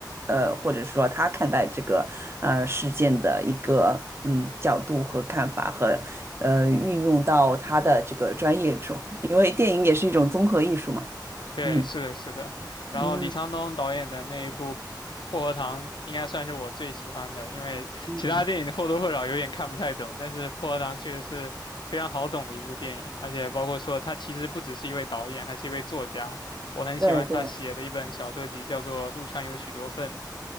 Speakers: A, on the right; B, on the left.
A: 呃，或者说他看待这个呃事件的一个嗯角度和看法和呃运用到他的这个专业中，因为电影也是一种综合艺术嘛，
B: 对，
A: 嗯
B: 是的，是的。然后李沧东导演的那一部
A: 嗯
B: 《薄荷糖》应该算是我最喜欢的，因为其他电影或多或少有点看不太懂，
A: 嗯，
B: 但是《薄荷糖》确实是非常好懂的一部电影，而且包括说他其实不只是一位导演，还是一位作家。我很喜欢他写的一本小说集，
A: 对对。
B: 叫做《陆川有许多份》。